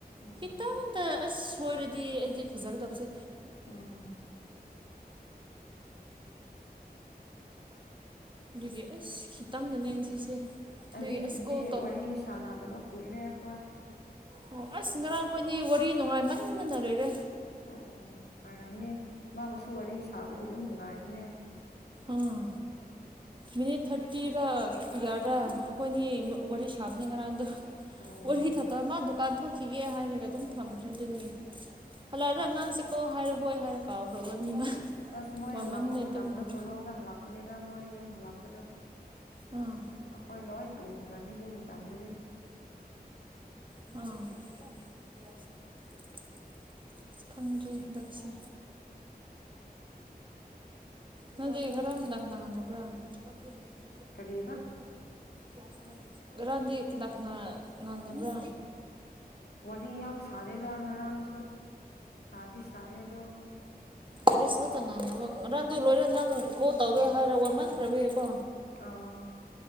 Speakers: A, on the left; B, on the right.
A: ꯎꯝ
B: ꯈꯤꯇꯪꯗ ꯑꯁ ꯁꯣꯏꯔꯗꯤ ꯑꯩꯗꯤ ꯐꯖꯒꯗꯕꯁꯦ
A: ꯎꯝ
B: ꯑꯗꯨꯒꯤ ꯑꯩꯁ ꯈꯤꯇꯪꯗꯅꯦ ꯉꯁꯤꯁꯦ ꯑꯗꯨꯒꯤ
A: ꯑꯔꯤꯁꯗꯤ
B: ꯑꯁ ꯀꯣꯜ ꯇꯧ
A: ꯋꯥꯔꯤ ꯁꯥꯟꯅꯗꯕ ꯀꯨꯏꯔꯦ ꯑꯩꯈꯣꯏ
B: ꯑꯣ ꯑꯁ ꯉꯔꯥꯡꯈꯣꯏꯗꯤ ꯋꯥꯔꯤ ꯅꯨꯡꯉꯥꯏꯃꯟꯗꯅ ꯂꯣꯏꯔꯦ
A: ꯑꯣ ꯑꯣ ꯐꯔꯝꯅꯤ ꯃꯥꯕꯨꯁꯨ ꯋꯥꯔꯤ ꯁꯥꯕꯗꯤ ꯑꯗꯨꯝ ꯅꯨꯡꯉꯥꯏꯕꯅꯦ
B: ꯎꯝ ꯃꯤꯅꯤꯠ ꯊꯥꯔꯇꯤꯔ ꯌꯥꯗ꯭ꯔꯥ ꯑꯩꯈꯣꯏꯅꯤ ꯋꯥꯔꯤ ꯁꯥꯕꯅꯦ ꯉꯔꯥꯡꯗ
A: ꯎꯝ
B: ꯋꯥꯔꯤꯍꯤ ꯊꯇ ꯃꯥ ꯗꯨꯀꯥꯟ ꯊꯣꯛꯈꯤꯒꯦ ꯍꯥꯏꯔꯒ ꯑꯗꯨꯝ ꯊꯝꯈ꯭ꯔꯦ ꯑꯗꯨꯗꯒꯤ ꯍꯜꯂꯛꯑꯔꯦ ꯑꯉꯥꯡꯁꯤꯦꯀꯣ ꯍꯥꯏꯔ ꯍꯣꯏ ꯍꯥꯏꯔ ꯀꯥꯎꯈ꯭ꯔꯕꯅꯤꯃ
A: ꯑꯁ ꯃꯣꯏ
B: ꯋꯥꯃꯟꯗ
A: ꯍꯜꯂꯛꯄ ꯃꯇꯝꯗ
B: ꯇꯨꯝꯈ꯭ꯔꯕ
A: ꯕꯣꯔꯣꯗ ꯍꯜꯂꯛꯄꯅꯤꯅ ꯃꯣꯏ ꯌꯨꯝ ꯍꯜꯂꯛꯄꯗꯣ
B: ꯑꯥ
A: ꯑꯈꯣꯏ ꯂꯣꯏ ꯇꯨ ꯃꯛ ꯔꯥꯅꯤꯗꯨ ꯃ ꯇꯪꯗꯗꯤꯦ
B: ꯑꯥ- ꯈꯪꯗ꯭ꯔꯦ ꯍꯟꯗꯛꯁꯦ ꯀꯗ ꯈꯔꯪꯒꯗ ꯀꯅꯥ ꯀꯗ ꯄ
A: ꯀꯔꯤꯕ
B: ꯀꯅꯥ ꯀꯅꯥ ꯉꯅꯕ꯭ꯔꯥ
A: ꯋꯥꯔꯤ ꯌꯥꯝ ꯁꯥꯗꯦꯗ ꯉꯔꯥꯡꯁꯨ ꯁꯥꯗꯤ ꯁꯌꯦ ꯑꯗꯣ
B: ꯑꯔꯤꯁ ꯉꯇ ꯉꯥꯡꯗꯕ ꯔꯟꯗꯨ ꯂꯣꯏꯔ ꯅꯪ ꯀꯣꯜ ꯇꯧꯒꯦ ꯍꯥꯏꯔꯒ ꯋꯥ ꯃꯥꯡꯈ꯭ꯔꯕ ꯀꯣ
A: ꯑ